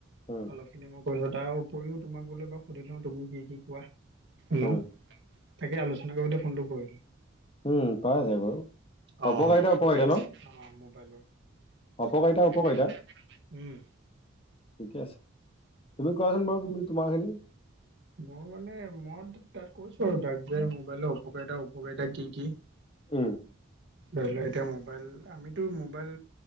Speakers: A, on the left; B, on the right.
A: উম
B: অলপ খিনি মই কৈছো তাৰ উপৰিও তোমাক বোলে বাৰ সুধি লওঁ তুমি কি কি কোৱা। শুনো
A: উম
B: তাকে আলোচনা কৰিবলৈ ফোনটো কৰিলো।
A: উম পৰা যায় বাৰু
B: অ,
A: অপকাৰিতা উপকাৰিতা ন
B: মবাইল
A: অপকাৰিতা
B: <inaudible>
A: উপকাৰিতা
B: উম,
A: ঠিকে আছে তুমি কোৱাচোন বাৰু তুমি তোমাৰ খিনি।
B: মই মানে মই টো তাক। কৈছো আৰু তাক যে মোবাইলৰ অপকাৰিতা উপকাৰিতা কি কি।
A: উম
B: ধৰি লোৱা এতিয়া মোবাইল আমিতো মোবাইল